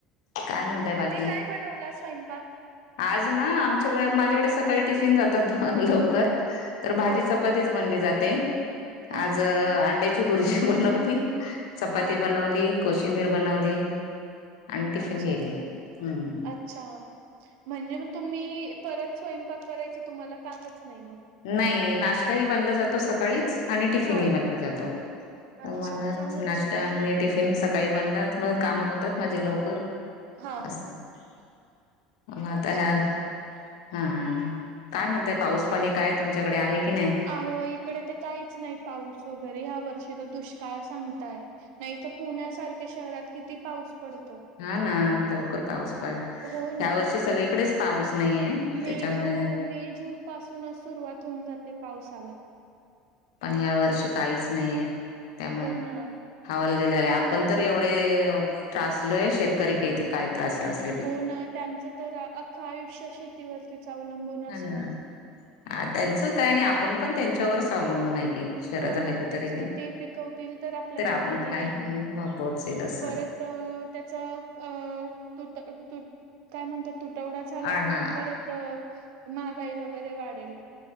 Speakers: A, on the left (about 80°); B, on the right (about 75°).
A: काय म्हणताय बाकी
B: तुम्ही काय बनवला स्वयंपाक
A: आज ना आमच्याकडे माझ्याकडे सकाळी टिफिन जातातो लवकर तर भाजी
B: हो
A: चप पतीच बनली जाते
B: हा
A: आज अंड्याची भुर्जी बनवली. चपाती
B: हा
A: बनवली कोशिंबीर बनवली. आणि टिफिन
B: अच्छा
A: गेले हम्म
B: अच्छा म्हणजे मग तुम्ही परत स्वयंपाक करायच तुम्हाला कामच नाही.
A: नाही नाश्ताही बनला जातो सकाळीच आणि टिफिनही
B: हा
A: बनला जातो
B: अच्छा
A: म
B: चांगलंच
A: नाश्ता
B: आहे मग
A: आणि टिफि सकाळी बनलात मग कामं होतात माझे लवकर
B: हा
A: असं मग आता
B: अच्छा.
A: हा हा काय म्हणतय पाऊस पाणी काय तुमच्याकडे आहे की नाही
B: अहो इकडे ते काहीच नाही पाऊस वगैरे ह्या वर्षी तर दुष्काळ सांगताय. नाही त पुण्यासारख्या शहरात किती पाऊस पडतो.
A: हा ना लवकर पाऊस पड ह्या
B: हो ना
A: वर्षी सगळीकडेच पाऊस नाहीये
B: मे
A: त्याच्यामुळे
B: हो मे जून पासूनच सुरुवात होऊन जाते पावसाला
A: आणि ह्या वर्षी काहीच नाहीे. त्यामुळे
B: हो ना
A: हवाल दिल झालेय
B: कठीणच
A: आपण तर
B: आहे
A: एवढे त्रासलोय शेतकरी काय त्रासल असल
B: हो ना त्यांचं तर अख्खं आयुष्य शेतीवरतीच अवलंबून असतं.
A: ना हा त्यांचं काय नाही आपण पण त्यांच्यावर अवलंबून आहे की शहरात
B: हो
A: राहिलो
B: ना तेच
A: तरी
B: ना ते पिकवतील तर आपल्यापर्यंत
A: आपण काय
B: येईल
A: मग पोहोचेल असं
B: परत अ त्याचा अ तु त काय म्हणतात तु तुटवडा झाला
A: आ
B: की
A: हा
B: मग परत महागाई वगैरे वाढेल.